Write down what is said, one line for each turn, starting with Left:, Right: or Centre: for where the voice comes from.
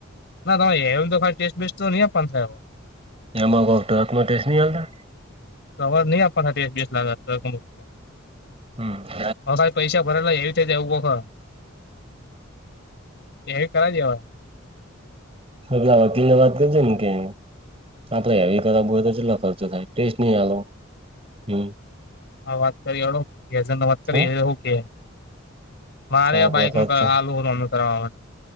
Left: ના તમે એ તો ખલી ટેસ્ટ બેસ્ટ તો ન પણ થાય.
Right: એમાં કોતમાં ટેસ નની હાલતા?
Left: પર ન આપ બેસ લ <unintelligible>
Right: હમ હમ
Left: હ સાાઈ પૈસા ભરેલા એવી થ જવું વખર. એવી કર દેવા.
Right: પલા વકીલ ને વાત કરજો ને કે, આપડે હેવી કરવું હોય તો જેટલો ખર્ચો થાય. ટેસ્ટની હાલો હમ્મ.
Left: આ વાત કરી હળ ગેઝો નો વાત કરીએ
Right: હ
Left: હું કે. મારે
Right: આપ
Left: આ બાઈક
Right: વખત
Left: નું કરાવેલું ઓ હવે એનું કરાવવાનું.